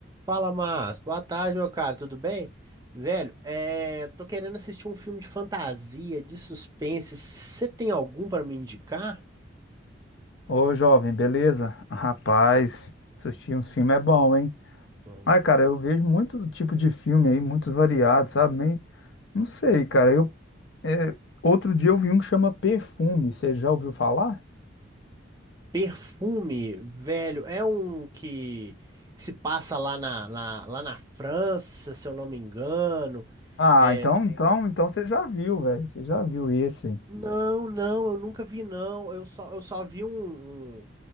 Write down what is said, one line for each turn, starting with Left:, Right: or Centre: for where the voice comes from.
Right: Fala, Márcio. Boa tarde, meu cara. Tudo bem? Velho, é... tô querendo assistir um filme de fantasia, de suspense. Você tem algum pra me indicar?
Left: Ô, jovem, beleza? Rapaz, assistir uns filmes é bom, hein?
Right: Não.
Left: Ai, cara, eu vejo muitos tipo de filme aí, muitos variados, sabe? Nem- Não sei, cara. Eu, é, outro dia eu vi um que chama Perfume. Você já ouviu falar?
Right: Perfume, velho, é um que, que se passa lá na, na- lá na França, se eu não me engano.
Left: Ah,
Right: É...
Left: então, então, então você já viu, velho. Você já viu esse.
Right: Não, não, eu nunca vi, não. Eu só, eu só vi um, um,